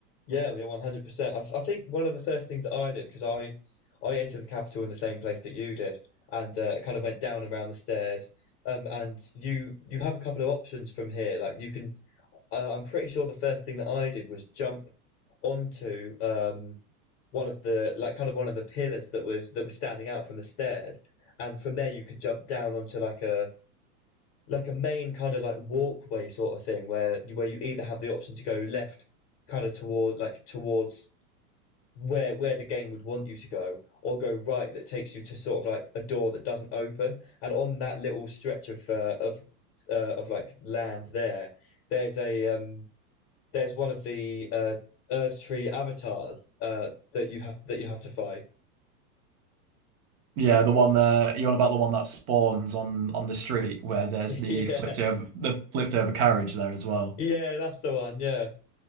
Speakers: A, on the left (about 40°); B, on the right (about 25°).
A: Yeah, yeah, yeah, one hundred percent. I I think one of the first things that I did because I I entered the capital in the same place that you did, and uh, kind of went down around the stairs. Um, and you you have a couple of options from here. Like you can I, I'm pretty sure the first thing that I did was jump onto um, one of the like kind of one of the pillars that was that was standing out from the stairs, and from there you could jump down onto like a like a main kind of like walkway sort of thing where where you either have the option to go left, kind of toward like towards where where the game would want you to go, or go right that takes you to sort of like a door that doesn't open, and on that little stretch of uh, of uh, of like land there, there's a um there's one of the uh, Erd Tree avatars uh, that you have that you have to fight. <laughs>
B: Yeah, the one there you're on about the one that spawns on on the street where there's
A: Yeah,
B: the flipped over the flipped over carriage there as well.
A: yeah, that's the one. Yeah,